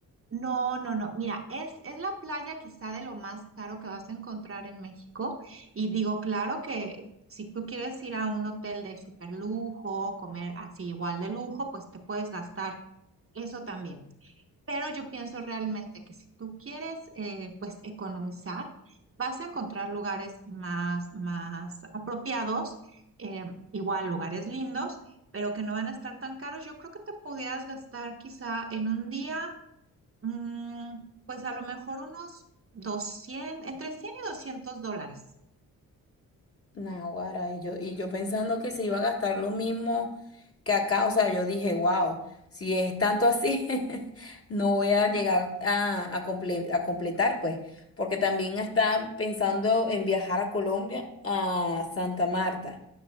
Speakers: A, on the right; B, on the left.
A: No, no, no. Mira, es, es la playa quizá de lo más caro que vas a encontrar en México. Y digo, claro que si tú quieres ir a un hotel de super lujo, comer así igual de lujo, pues te puedes gastar eso también. Pero yo pienso realmente que si tú quieres, eh, pues economizar, vas a encontrar lugares más, más apropiados, eh, igual lugares lindos, pero que no van a estar tan caros. Yo creo que te podías gastar quizá en un día. Mm, pues a lo mejor unos 200 entre 100 y 200 dólares.
B: Naguará, y yo, y yo pensando que se iba a gastar lo mismo que acá, o sea, yo dije, wow, si es tanto así, <laughs> no voy a llegar a, a, comple- a completar, pues, porque también está pensando en viajar a Colombia, a Santa Marta,